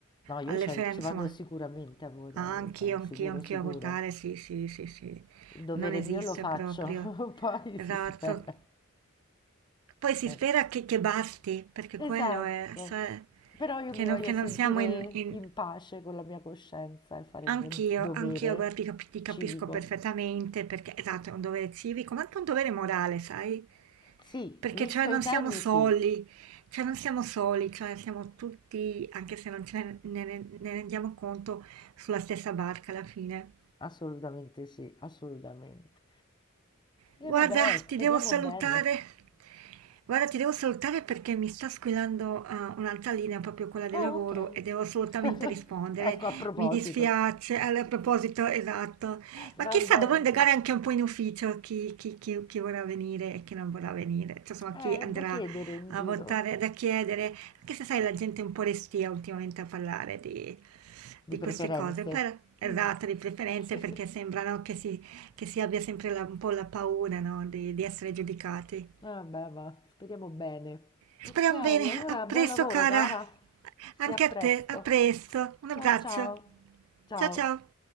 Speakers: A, on the left; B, on the right.
A: no, io
B: alle
A: ci
B: fere-
A: ci
B: insomma,
A: vado sicuramente a votare,
B: ah, anch'io,
A: so,
B: anch'io,
A: sicuro,
B: anch'io
A: sicuro.
B: a votare, sì, sì, sì, sì,
A: Il dovere
B: non esiste
A: mio lo faccio,
B: proprio,
A: <laughs> poi
B: esatto.
A: si spera.
B: Poi si
A: Eh.
B: spera che, che basti, perché
A: Esatto,
B: quello è, cioè,
A: però io
B: che
A: mi
B: non,
A: voglio
B: che
A: sentire
B: non siamo in... in-
A: in pace con la mia coscienza e fare il
B: Anch'io,
A: mio dovere
B: anch'io, guarda, ti capi- ti capisco
A: civico.
B: perfettamente, perché esatto, è un dovere civico, ma anche un dovere morale, sai?
A: Sì,
B: Perché
A: visto
B: cioè
A: i
B: non
A: temi,
B: siamo soli,
A: sì,
B: cioè non siamo soli, cioè siamo tutti, anche se non ce ne, ne ne rendiamo conto, sulla stessa barca alla fine.
A: assolutamente sì, assolutamente.
B: Guarda,
A: E vabbè, speriamo
B: ti devo salutare.
A: bene.
B: Guarda, ti devo salutare perché mi sta squillando eh, un'altra linea, proprio quella del
A: Oh,
B: lavoro,
A: ok.
B: e devo assolutamente
A: <laughs>
B: rispondere.
A: Ecco, a proposito.
B: Mi dispiace, Allora, a proposito, esatto.
A: Va
B: Ma chissà,
A: bene,
B: dovrò indagare
A: dai.
B: anche un po' in ufficio chi, chi- chi- chi vorrà venire e chi non vorrà venire, cioè, insomma,
A: Eh,
B: chi andrà
A: da chiedere in
B: a
A: giro,
B: votare, da chiedere, anche se sai, la gente è un po' restia ultimamente a parlare di,
A: di
B: di
A: preferenze.
B: queste cose, per, esatto,
A: Mm.
B: di preferenze,
A: <laughs>
B: perché sembrano che si che si abbia sempre la- un po' la paura, no, di, di essere giudicati.
A: Eh, vabbè, va, speriamo bene.
B: Speriamo
A: Ok, allora
B: bene. A presto,
A: buon lavoro,
B: cara.
A: cara,
B: Anche
A: e a presto.
B: a te. A presto. Un
A: Ciao
B: abbraccio.
A: ciao. Ciao.
B: Ciao ciao.